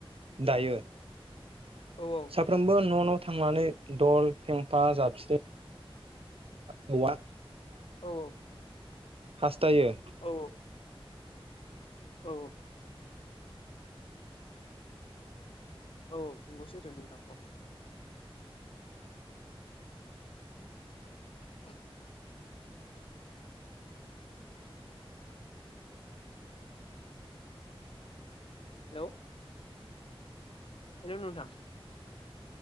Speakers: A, on the right (about 75°); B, on the left (about 65°).
A: दायो
B: औ
A: साफ्रोमबो न' न' थांनानै दल फेंफा जाबस्रिं औवा
B: औ
A: हासथायो
B: औ औ औ नंगौ सैथो नोंथां औ <inaudible> हेल' हेलौ नोंथां